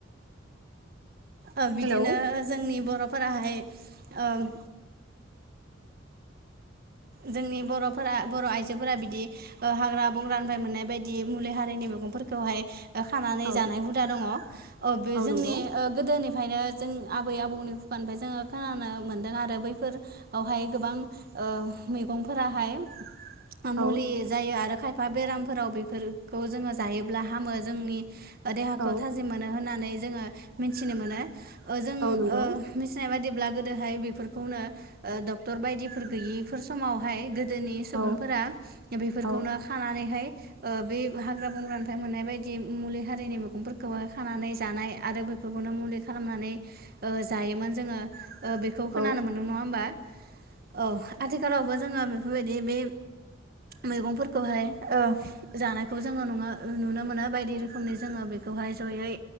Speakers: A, on the right; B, on the right.
A: ओ बिदिनो
B: हेलौ
A: जोंनि बर'फोराहाय ओम जोंनि बर'फोरा बर' आइजोफोरा बिदि ओ हाग्रा बंग्रानिफ्राय मोननाय बायदि मुलि हारिनि मैगंफोरखौहाय ओ खानानै
B: औ
A: जानाय हुदा दङ बे
B: औ
A: जोंनि
B: नंगौ
A: गोदोनि ओंखायनो जों आबै आबौनि खुगानिफ्राय जोङो खोनानो मोनदों आरो बैफोर आवहाय गोबां ओ मैगंफोराहाय मुलि
B: औ
A: जायो आरो खायफा बेरामफोराव बेफोरखौ जोङो जायोब्ला हामो जोंनि देहाखौ
B: औ
A: था जिममोनो होननानै जोङो मिथिनो मोनो जों
B: औ नंगौ
A: ओ मिथिनाय बादिब्ला गोदोहाय बेफोरखौनो डक्टर बायदिफोर गैयैफोर समावहाय गोदोनि सुबुंफोरा
B: औ
A: बेफोरखौनो
B: औ
A: खानानैहाय ओ बे हाग्रा बंग्रानिफ्राय मोननाय बायदि मुलि हारिनि मैगंफोरखौ खानानै जानाय आरो फोरखौनो मुलि खालामनानै ओ जायोमोन जोङो ओ बेखौ खोनानो
B: औ
A: मोनदों नङा होमबा औ आथिखालावबो जोङो बेफोरबायदि बे मैगंफोरखौहाय ओ जानायखौ जोङो नुनो मोनो बायदि रोखोमनि जोङो बे खौहाय जयै